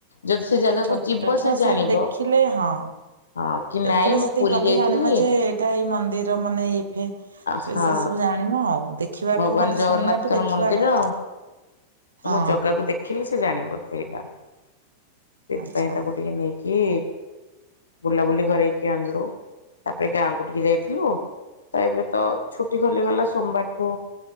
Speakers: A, on the left; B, on the right.
A: ଯଦି ସେ ଜାଗାକୁ
B: ଛୋଟ
A: ଯିବ
B: ଛୁଆ
A: ସେ ଜାଣିବ
B: ଦେଖିଲେ ହଁ
A: ହଁ। କି
B: ଦେଖିଲେ
A: ନାଇଁ ମୁଁ
B: ସେତିକି
A: ପୁରୀ
B: ଗଲେ
A: ଯାଇଥିଲି
B: ଜାଣିମ ଯେ ଏଇଟା ଏଇ ମନ୍ଦିର ମାନେ ଇଫେ
A: ହଁ
B: ସେ ବିଷ ସବୁ ଜାଣ ଆଣିବ ଆଉ। ଦେଖିବାଠୁ
A: ଭଗବାନ
B: ମାନେ
A: ଜଗନ୍ନାଥର
B: ଶୁଣିବାଠୁ ଦେଖିବାଟା
A: ମନ୍ଦିର
B: ହଁ
A: ମୁଁ ଜଗାକୁ ଦେଖ ଦେଖିଲେ ସେ ଜାଣିବ ସେଇଟା ସେଥିପାଇଁ
B: ଆଚ୍ଛା
A: ତାକୁ ଟିକେ ନେଇକି ବୁଲାବୁଲି କରେଇକି ଆଣିଲୁ। ତାପରେ ଗାଁକୁ ଟିକେ ଯାଇଥିଲୁ ତ ଏବେ ତ ଛୁଟି ଖୋଲିଗଲା ସୋମବାର ରୁ